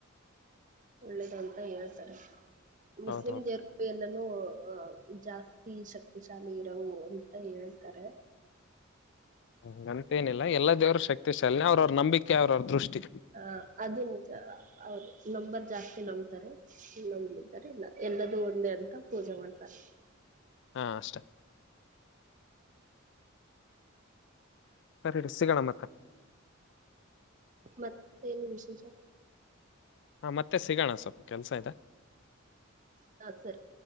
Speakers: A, on the right (about 40°); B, on the left (about 60°).
A: ಒಳ್ಳೇದು ಅಂತ ಹೇಳ್ತಾರೆ. ಮುಸ್ಲಿಂ
B: ಹೌದೌದು
A: ಜರ್ಕೊ ಎಲ್ಲ. ಎಲ್ಲೂ ಅಹ ಜಾಸ್ತಿ ಶಕ್ತಿಶಾಲಿ ಇರವು ಅಂತ ಹೇಳ್ತಾರೆ.
B: ಹ. ಏನಿಲ್ಲ ಎಲ್ಲ ದೇವರು ಶಕ್ತಿ. ಅವ್ರ ಅವ್ರ ನಂಬಿಕೆ ಅವ್ರ ಅವ್ರ ದೃಷ್ಟಿ.
A: ಆ ಅದು ನಿಜ ಅವರು ನಂಬರ್ ಜಾಸ್ತಿ ನಂಬ್ತಾರೆ. ನಮಿದ್ದಾರೆ ಇಲ್ಲ ಎಲ್ಲದು. ಅಂದೆ ಅಂತ ಪೂಜೆ ಮಾಡ್ತಾರೆ.
B: ಹಾ ಅಷ್ಟೇ. ಸರಿಡ ಸಿಗಣಮ್ಮಕ್ಕ.
A: ಮತ್ತೇನು ವಿಶೇಷ.
B: ಹಾ ಮತ್ತೆ ಸಿಗೋಣ ಸ್ವಲ್ಪ ಕೆಲ್ಸ ಇ.
A: ನಾ ಸರಿ.